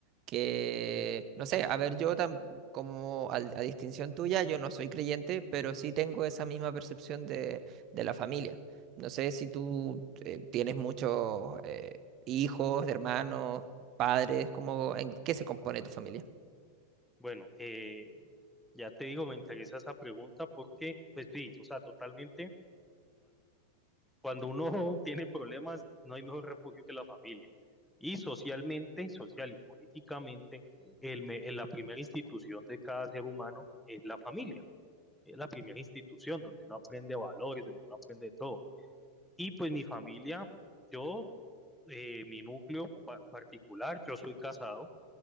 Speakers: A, on the right (about 35°); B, in the centre.
A: Que, no sé, a ver, yo tam- como al- a, distinción tuya, yo no soy creyente, pero sí tengo esa misma percepción de, de la familia. No sé si tú eh, tienes muchos eh, hijos, hermanos, padres, ¿cómo, en qué se compone tu familia?
B: Bueno, eh, ya te digo, me interesa esa pregunta porque, pues sí, o sea, totalmente, Cuando uno <laughs> tiene problemas, no hay mejor refugio que la familia. Y socialmente, social y políticamente, el me- la primera institución de cada ser humano es la familia. Es la primera institución donde uno aprende valores, donde uno aprende de todo. Y pues mi familia, yo, eh, mi núcleo pa- particular, yo soy casado,